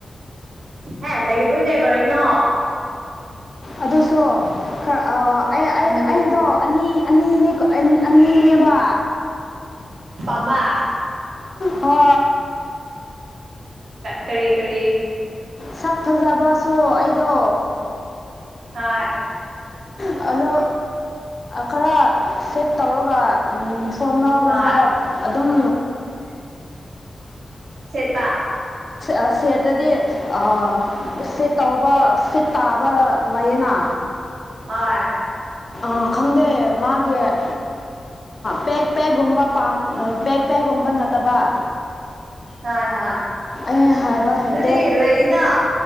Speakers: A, on the right (about 85°); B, on the left (about 40°).
A: ꯍꯦ ꯂꯩꯗꯣꯏꯅꯦ ꯀꯔꯅꯣ
B: ꯑꯗꯨꯁꯨ ꯈꯔ
A: ꯎꯝ
B: ꯑꯩꯗꯣ ꯑꯅꯤ ꯑꯅꯤꯅꯤ ꯑꯅꯤꯅꯦꯕ
A: ꯄꯥꯝꯕ
B: ꯍ
A: ꯀꯔꯤ ꯀꯔꯤ
B: ꯁꯛ ꯐꯖꯕꯁꯨ ꯑꯩꯗꯣ
A: ꯍꯥ
B: ꯍꯜꯂꯣ ꯈꯔ ꯐꯦꯠ ꯇꯧꯔꯒ ꯎ ꯁꯣꯃꯒꯨꯝꯕ
A: ꯍꯣꯏ
B: ꯑꯗꯨꯝ
A: ꯁꯦꯠꯄ
B: ꯑ ꯁꯤ ꯇꯗꯤ ꯑ ꯐꯤꯠ ꯇꯧꯕ ꯐꯤꯠ ꯇꯥꯕ ꯂꯩꯌꯦꯅ
A: ꯍ
B: ꯑ ꯈꯪꯗꯦ ꯃꯥꯒꯤꯦ ꯄꯦꯦꯛ ꯄꯦꯛꯒꯨꯝꯕꯥ ꯄꯦꯦꯛ ꯄꯦꯒꯨꯝꯕ ꯅꯠꯇꯕ
A: ꯍ ꯍ
B: ꯑꯩ ꯍꯥꯏꯕ ꯍꯩꯇꯦ
A: ꯑꯗꯨꯗꯤ ꯂꯩꯅꯥ